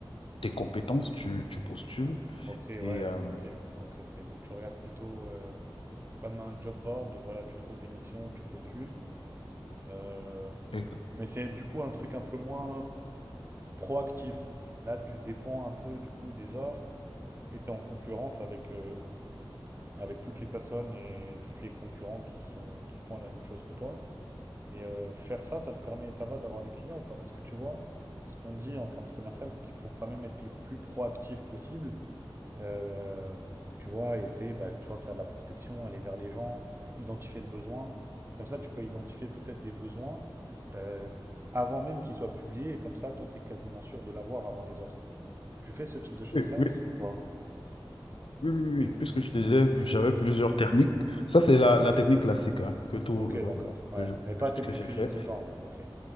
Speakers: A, on the left; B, on the right.
A: tes compétences, tu, tu postules.
B: Ok, ouais,
A: Et,
B: j'ai
A: euh,
B: compris. ouais. Ok, ok. Donc, tu regardes plutôt euh, comme un job board où, voilà, tu trouves des missions, tu postules. Euh,
A: et
B: mais c'est du coup un truc un peu moins proactif. Là, tu dépends un peu du coup des offres et tu es en concurrence avec, euh, avec toutes les personnes et tous les concurrents qui sont, qui font la même chose que toi. Et euh, faire ça, ça te permet, ça va d'avoir des clients ou pas? Parce que tu vois, ce qu'on dit en termes de commercial, c'est qu'il faut quand même être le plus proactif possible. Euh, tu vois, essayer, bah, tu vois, faire de la prospection, aller vers les gens, identifier le besoin. Comme ça, tu peux identifier peut-être des besoins euh, avant même qu'ils soient publiés. Et comme ça, toi, tu es quasiment sûr de l'avoir avant les autres. Tu fais ce type de choses-là
A: Oui, oui,
B: aussi ou pas?
A: oui, oui, oui. Puisque je te disais, que j'avais plusieurs techniques. Ça, c'est la, la technique classique hein, que, tout,
B: Ok,
A: euh,
B: d'accord.
A: bon,
B: Ouais.
A: que, je-
B: Mais pas
A: que-
B: celle
A: que
B: que tu
A: j'ai
B: utilises
A: faite.
B: tout le temps. ouais, Ok.